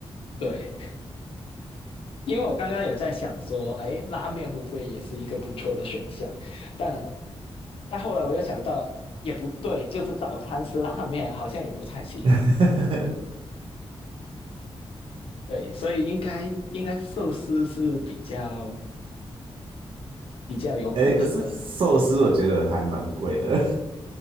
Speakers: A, on the left; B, on the right.
A: 对。因为我刚刚有在想说，哎，拉面会不会也是一个不错的选项？但但后来我又想到，也不对，就是早餐吃拉面好像也不太行。
B: <laughs>
A: 对，所以应该应该寿司是比较比较有可能的。
B: 诶，可是寿司我觉得还蛮贵的，